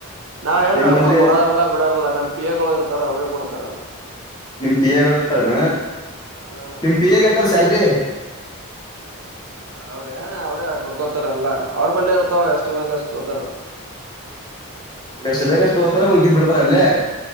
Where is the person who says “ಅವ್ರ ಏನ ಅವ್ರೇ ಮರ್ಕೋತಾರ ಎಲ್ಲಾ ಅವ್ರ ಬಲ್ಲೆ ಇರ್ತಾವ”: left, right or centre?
Right